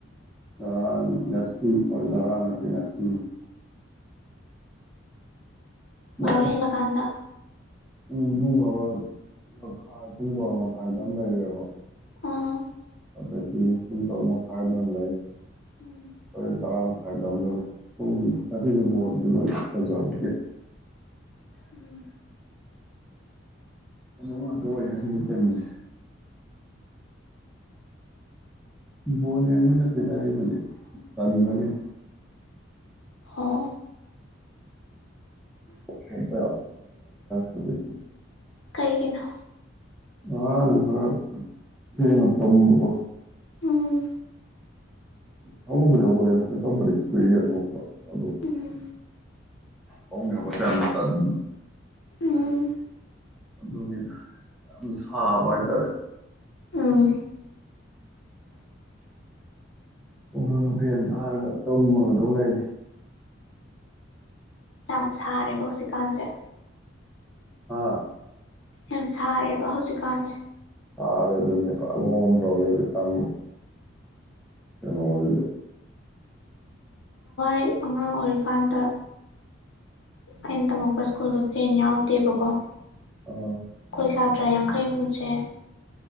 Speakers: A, in the centre; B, on the left.
A: ꯉꯔꯥꯡ ꯉꯁꯤ ꯑ ꯉꯔꯥꯡ ꯅꯠꯇꯦ ꯉꯁꯤꯅ꯫ ꯉꯁꯤ
B: ꯕꯥꯔꯣ ꯍꯦꯜꯂꯛꯟꯗ
A: ꯄꯨꯡ ꯕꯥꯔꯣ ꯃꯈꯥꯏ ꯄꯨꯡ ꯕꯥꯔꯣ ꯃꯈꯥꯏꯗ ꯑꯃ ꯂꯩꯔꯦꯕ
B: ꯑꯥ
A: ꯑꯗꯒꯤ ꯄꯨꯡ ꯇꯔꯨꯛ ꯃꯈꯥꯏꯗ ꯑꯃ
B: ꯎꯝ
A: ꯂꯩꯦꯟ ꯇꯔꯥ ꯃꯈꯥꯏꯗꯒ ꯂꯩ ꯄꯨꯡ ꯉꯁꯤꯁꯣꯁ ꯂꯣꯏ ꯐꯖꯕ
B: ꯎꯝ
A: ꯐꯖꯕ ꯉꯥꯛꯇꯥ ꯑꯣꯏ ꯉꯁꯤꯒꯤ ꯇꯤꯝꯖꯦ꯫ ꯕꯣꯟ ꯌꯦꯪꯕꯩ ꯅꯥꯠꯇꯦꯗꯥ ꯑꯩꯕꯨꯗꯤ ꯇꯥꯪꯕꯒꯤꯅꯤ꯫
B: ꯑꯣ
A: <unintelligible> ꯍꯧꯖꯤꯛꯁꯦ
B: ꯀꯩꯒꯤꯅꯣ?
A: ꯉꯔꯪ ꯈꯔꯥ ꯊꯦꯪꯅꯥ ꯇꯨꯝꯕꯥ ꯀꯣ
B: ꯎꯝ
A: ꯍꯧꯕꯨꯗꯤ ꯍꯧꯒꯠꯂꯦꯗꯥ ꯃꯤꯀꯞꯄꯨꯗꯤ ꯀꯨꯏꯔꯦ ꯊꯣꯛꯄꯥ ꯑꯗꯣ
B: ꯎꯝ
A: ꯐꯥꯃꯨꯪꯗꯩꯩ ꯍꯧꯒꯠꯄ ꯌꯥꯝ ꯇꯟꯕꯥ
B: ꯎꯝ
A: ꯑꯗꯨꯅꯤꯗ ꯌꯥꯝꯅꯥ ꯁꯥꯕ ꯍꯥꯏꯇꯥꯔꯦ꯫
B: ꯑꯥ꯫
A: ꯑꯗꯨꯅ ꯐꯦꯟ ꯊꯥꯔꯒ ꯇꯨꯝꯃꯒ ꯑꯗꯨꯝ ꯂꯩꯔꯤ꯫
B: ꯌꯥꯝ ꯁꯥꯔꯦꯀꯣ ꯍꯧꯖꯤꯛꯀꯥꯟꯁꯦ꯫
A: ꯍꯥꯥ?
B: ꯌꯥꯝ ꯁꯥꯔꯦꯕ ꯍꯧꯖꯤꯛꯀꯥꯟꯁꯦ꯫
A: ꯁꯔꯦ ꯑꯗꯨꯅꯤ ꯄꯨꯔ꯭ꯥ ꯑꯉꯥꯑꯣꯕ ꯇꯥꯔꯦ ꯍꯥꯏꯖꯤꯅꯤ <unintelligible>
B: ꯑꯩ ꯑꯉꯥꯡ ꯑꯣꯏꯔꯤꯀꯥꯟꯗ ꯑꯩꯅ ꯇꯝꯃꯛ ꯈꯣꯏ ꯁ꯭ꯀꯨꯜꯗꯣ ꯐꯦꯟ ꯌꯥꯎꯗꯦꯕꯀꯣ ꯑꯩꯈꯣꯏ
A: ꯑꯥ
B: ꯁꯥꯇ꯭ꯔ ꯌꯥꯡꯈꯩꯃꯨꯛꯁꯦ